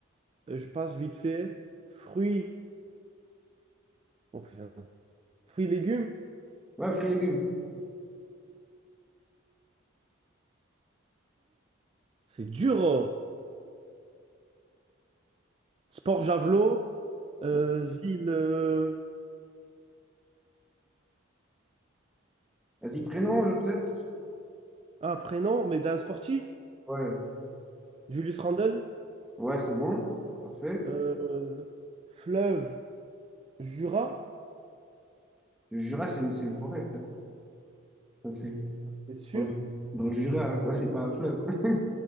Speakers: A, on the right; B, in the centre.
A: euh, je passe vite fait. Fruits. Oh putain. Fruits, légumes.
B: Ouais, fruits légumes.
A: C'est dur. oh. Sport, javelot. Euh,
B: Ouais.
A: ville. euh,
B: Vas-y, prénom, euh, peut-être?
A: Ah, prénom, mais d'un sportif.
B: Ouais.
A: Julius Randle.
B: Ouais, c'est bon. Parfait.
A: Euh, Fleuve. Jura?
B: Le Jura, c'est une, c'est une forêt, frère. Ça, c'est
A: C'est sûr?
B: dans le dans le Jura, hein. quoi, c'est pas un fleuve. <laughs>